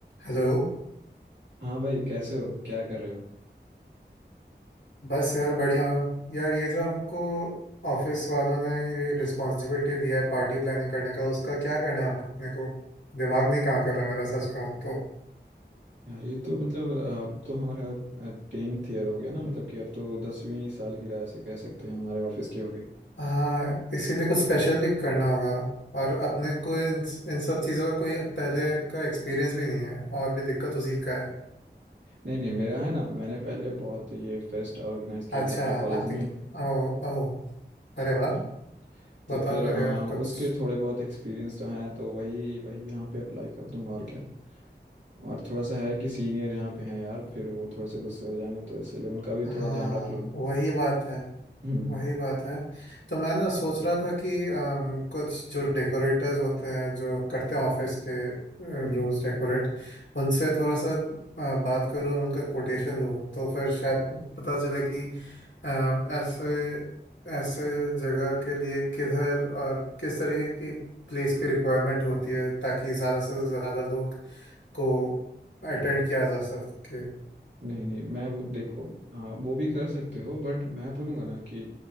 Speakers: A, on the left; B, on the right.
A: Hello
B: हाँ भाई कैसे हो क्या कर रहे हो
A: बस यार बढ़िया हूँ। यार ये जो हमको ऑफिस वालों ने ये रिस्पॉन्सिबिलिटी दिया है पार्टी प्लानिंग करने का उसका क्या करना है अपने को दिमाग नहीं काम कर रहा मेरा सच कहूँ तो
B: यार ये तो मतलब अ, अब तो हमारा टेंथ ईयर हो गया ना मतलब कि अब तो दसवीं साल की राह से कह सकते हैं हमारे ऑफिस की हो गई
A: हाँ इसीलिए कुछ स्पेशल भी करना होगा और अपने को इन इन सब चीज़ों का कोई पहले का एक्सपीरियंस भी नहीं है और भी दिक्कत उसी का है
B: नहीं नहीं मेरा है ना मैंने पहले बहुत ये फेस्ट ऑर्गेनाइज किया
A: अच्छा
B: था अपने कॉलेज
A: आपने
B: में
A: ओ ओ अरे वाह
B: हाँ तो
A: बताओ
B: फिर
A: फिर
B: हाँ
A: यार कुछ
B: उसके थोड़े बहुत एक्सपीरियंस तो हैं तो वही वही यहाँ पे अप्लाई कर दूंगा और क्या और थोड़ा सा है कि सीनियर यहाँ पे हैं यार फिर वो थोड़े से गुस्से हो जाएंगे तो इसलिए उनका भी
A: हाँ
B: थोड़ा ध्यान रख लूंगा
A: वही बात है
B: हम्म
A: वही बात है तो मैं ना सोच रहा था कि अम, कुछ जो डेकोरेटर्स होते हैं जो करते हैं ऑफिस के
B: हम्म
A: रूम्स डेकोरेट उनसे थोड़ा सा अ, बात करूं और उनका कोटेशन लूं तो फिर शायद पता चले कि अ, ऐसे ऐसे जगह के लिए किधर और किस तरीके की प्लेस की रिक्वायरमेंट होती है ताकि ज़्यादा से ज़्यादा लोग को अटेंड किया जा सके
B: नहीं नहीं मैं वो देखो हाँ वो भी कर सकते हो बट मैं बोलूँगा ना कि